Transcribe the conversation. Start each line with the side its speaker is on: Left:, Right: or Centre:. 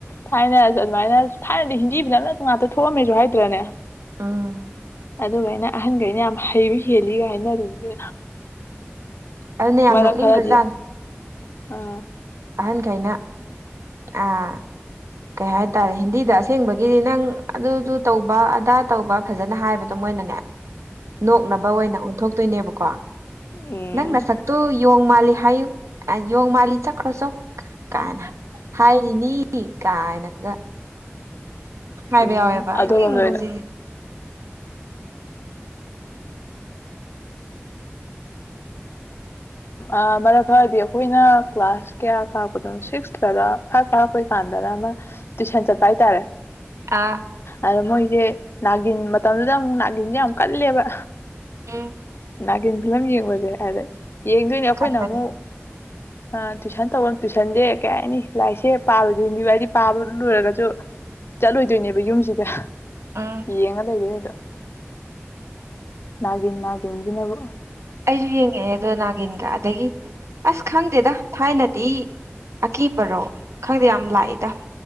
Left: ꯊꯥꯏꯅꯔꯁꯨ ꯑꯗꯨꯃꯥꯏꯅ ꯊꯥꯏꯅꯗꯤ ꯍꯤꯟꯖꯤ ꯐꯖꯅ ꯉꯥꯛꯇ ꯊꯣꯛꯑꯝꯃꯦꯁꯨ ꯍꯥꯏꯗ꯭ꯔꯅꯦ
Right: ꯑꯥ
Left: ꯑꯗꯨꯒꯥꯏꯩꯅ ꯑꯍꯟꯈꯩꯅ ꯌꯥꯝ ꯍꯩꯕ ꯍꯦꯜꯂꯤꯒ ꯍꯥꯏꯅꯔꯤꯅꯤ
Right: ꯑꯗꯨꯅ ꯌꯥꯝ
Left: ꯃꯔꯛ
Right: ꯅꯣꯛꯅꯤꯡꯈ꯭ꯔꯖꯥꯠ
Left: ꯈꯔꯗꯤ ꯑꯃ ꯑꯥ
Right: ꯑꯍꯟꯈꯩꯅ ꯑ ꯀꯩ ꯍꯥꯏꯇꯥꯔꯦ ꯍꯤꯟꯗꯤꯗ ꯑꯁꯦꯡꯕꯒꯤꯗꯤ ꯅꯪ ꯑꯗꯨꯗꯨ ꯇꯧꯕ ꯑꯗꯥ ꯇꯧꯕ ꯐꯖꯅ ꯍꯥꯏꯕꯗꯣ ꯃꯣꯏꯅꯅꯦ
Left: <inaudible>
Right: ꯅꯣꯛꯅꯕ ꯑꯣꯏꯅ ꯑꯣꯟꯊꯣꯛꯇꯣꯏꯅꯦꯕꯀꯣ
Left: ꯎꯝ
Right: ꯅꯪ ꯅꯁꯛꯇꯨ ꯌꯣꯡ ꯃꯥꯜꯂꯤ ꯍꯥꯏꯌꯨ ꯌꯦꯣꯡ ꯃꯥꯜꯂꯤ ꯆꯠꯈ꯭ꯔꯁꯨꯧ ꯀꯥꯏꯅ ꯍꯥꯏꯔꯤꯅꯤ ꯀꯥꯏꯅꯒ ꯍꯥꯏꯕ
Left: ꯎꯝ
Right: ꯌꯥꯎꯋꯦꯕ ꯑꯩꯅ
Left: ꯑꯗꯣꯝꯗ
Right: ꯏꯪꯕꯕꯁꯤ
Left: ꯑꯣꯏꯅ ꯑ ꯃꯔꯛ ꯈꯔꯗꯤ ꯑꯈꯣꯏꯅ ꯀ꯭ꯂꯥꯁ ꯀꯌꯥ ꯀꯥꯔꯛꯄꯗꯅꯣ ꯁꯤꯛꯁꯇꯔꯥ ꯐꯥꯏꯚ ꯀꯥꯔꯛꯄꯩ ꯀꯥꯟꯗꯔꯥ ꯑꯃ ꯇꯨꯏꯁꯟ ꯆꯠꯄ ꯍꯥꯏꯇꯥꯔꯦ
Right: ꯑꯥ
Left: ꯑꯗ ꯃꯣꯏꯁꯦ ꯅꯥꯒꯤꯟ ꯃꯇꯝꯗꯨꯗ ꯑꯃꯨꯛ ꯅꯥꯒꯤꯟꯁꯦ ꯌꯥꯝ ꯀꯜꯂꯦꯕ
Right: ꯑꯦ
Left: ꯅꯥꯀꯤꯟ ꯐꯤꯂꯝ ꯌꯦꯡꯕꯁꯦ ꯑꯗ ꯌꯦꯡꯗꯣꯏꯅꯦ ꯑꯩꯈꯣꯏꯅ
Right: ꯈꯟꯕꯅꯤ
Left: ꯑꯃꯨꯛ ꯑ ꯇꯨꯏꯁꯟ ꯇꯧꯕ ꯇꯨꯏꯁꯟꯁꯦ ꯀꯩ ꯍꯥꯏꯅꯤ ꯂꯥꯏꯔꯤꯛꯁꯦ ꯄꯥꯕꯗꯤ ꯍꯤꯟꯗꯤꯕ ꯑꯩꯗꯤ ꯄꯥꯕ ꯂꯣꯏꯔꯒꯁꯨ ꯆꯠꯂꯣꯏꯗꯣꯏꯅꯦꯕ ꯌꯨꯝꯁꯤꯗ
Right: ꯎꯝ
Left: ꯌꯦꯡꯉꯂ ꯏꯦ ꯑꯗ ꯅꯒꯤꯟ ꯅꯒꯤ ꯏꯤꯟ ꯅꯒ
Right: ꯑꯩꯁꯨ ꯌꯦꯡꯉꯛꯑꯦ ꯑꯗꯣ ꯅꯥꯒꯤꯟꯒ ꯑꯗꯒꯤ ꯑꯁ ꯈꯪꯗꯦꯗ ꯊꯥꯏꯅꯗꯤ ꯑꯀꯤꯕꯔꯣ ꯈꯪꯗꯦ ꯌꯥꯝ ꯂꯥꯛꯏꯗ